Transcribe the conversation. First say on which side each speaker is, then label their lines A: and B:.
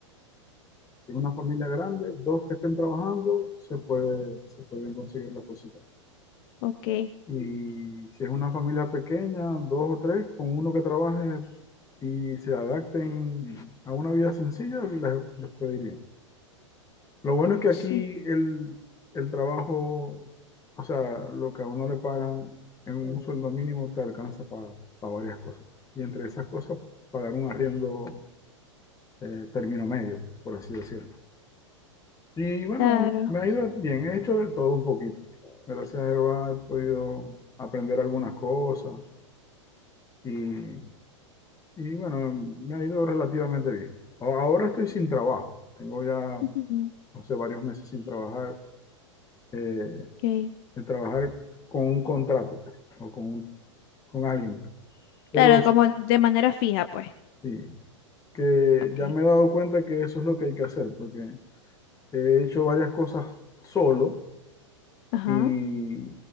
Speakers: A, on the left; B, on the left.
A: si es una familia grande, dos que estén trabajando, se puede, se pueden conseguir las cositas.
B: Ok,
A: Y si es una familia pequeña, dos o tres, con uno que trabaje y se adapten a una vida sencilla, les, les puede ir bien. Lo bueno es que aquí
B: sí,
A: el, el trabajo, o sea, lo que a uno le pagan en un sueldo mínimo te alcanza para varias cosas. Y entre esas cosas, pagar un arriendo eh, término medio, pues, por así decirlo. Y bueno,
B: claro.
A: me ha ido bien, he hecho de todo un poquito. Gracias a Jehová he podido aprender algunas cosas y, y bueno, me ha ido relativamente bien. A- Ahora estoy sin trabajo, tengo ya,
B: <laughs> Ujú.
A: no sé, varios meses sin trabajar. Eh,
B: Ok.
A: de trabajar con un contrato o con, con alguien. Pero
B: Claro, como de manera fija, pues.
A: sí, que
B: Ok.
A: ya me he dado cuenta que eso es lo que hay que hacer, porque he hecho varias cosas solo
B: Ajá,
A: y,